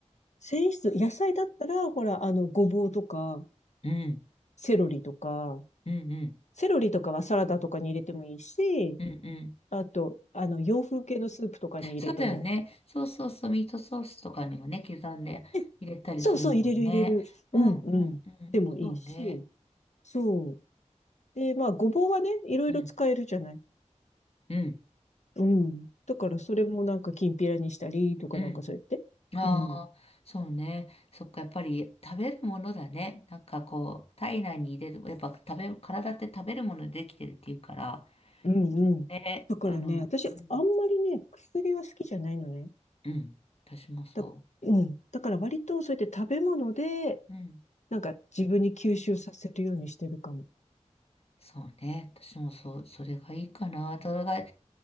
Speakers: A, on the left; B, on the left.
A: 繊維質、野菜だったら、ほら、あの、ごぼうとか、
B: うん。
A: セロリとか、
B: うんうん。
A: セロリとかはサラダとかに入れてもいいし、
B: うんうん。
A: あと、あの、洋風系のスープとかに入れても、
B: そうだよね。そうそうそう、ミートソースとかにもね、刻んで入れたりするもんね。
A: えそうそう、入れる入れる。
B: うんうんうん。
A: うん、うん。でもいいし、
B: そうね。
A: そう。で、まあ、ごぼうはね、いろいろ使えるじゃない。
B: うんうん
A: うん。だから、それもなんか、きんぴらにしたりとかなんかそうやって。
B: うん。ああ、
A: うん。
B: そうね。そっか、やっぱり食べるものだね。なんかこう、体内に入れる、やっぱ食べ、体って食べるものでできてるっていうから、
A: うんうん。
B: え、
A: だからね、
B: あの、
A: 私、
B: うん、
A: あんまりね、薬は好きじゃないのね。
B: うん、私もそ
A: だ、うん。だから割とそうやって食べ物で、
B: う。うん。
A: なんか自分に吸収させるようにしてるかも。
B: そうね。私もそう、それがいいかな。それが